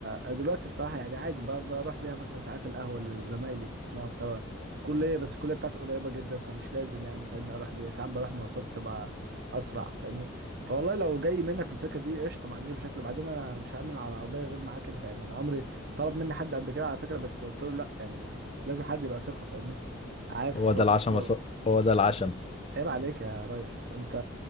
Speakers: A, on the right; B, on the left.
A: أنا دلوقتي الصراحه يعني عادي ب- بروح بيها مثلا ساعات القهوه لزمايلي نقعد سوا كليه بس الكليه بتاعتي قريبه جدا فمش لازم يعني فاهمني اروح بيها ساعات بروح مواصلات بتبقى اسرع فاهمني فوالله لو جاي منك في الفكره دي قشطه ما عنديش مشاكل وبعدين انا مش هعمل على العربيه غير معاك انت يعني انا عمري طلب مني حد قبل كده على فكره بس قلت له لا يعني لازم حد يبقى ثقه فاهمني عارف
B: هو
A: سواقته
B: ده العشم يا ص- هو ده العشم
A: عيب عليك يا ريس انت